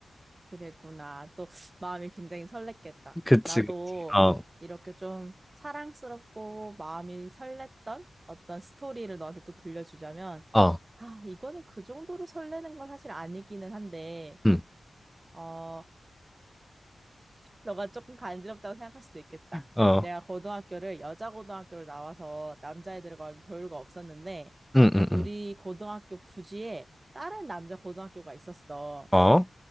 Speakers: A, on the right; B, in the centre.
A: 그랬구나. 또 마음이 굉장히 설렜겠다.
B: <laughs> 그치,
A: 나도
B: 그치. 어,
A: 이렇게 좀 사랑스럽고 마음이 설렜던 어떤 스토리를 너한테 또 들려주자면,
B: 어,
A: 아, 이거는 그 정도로 설레는 건 사실 아니기는 한데,
B: 응,
A: 어, 너가 조금 간지럽다고 생각할 수도 있겠다.
B: 어,
A: 내가 고등학교를 여자 고등학교로 나와서 남자애들과 교류가 없었는데,
B: 응, 응,
A: 우리
B: 응.
A: 고등학교 부지에 다른 남자 고등학교가 있었어.
B: 어.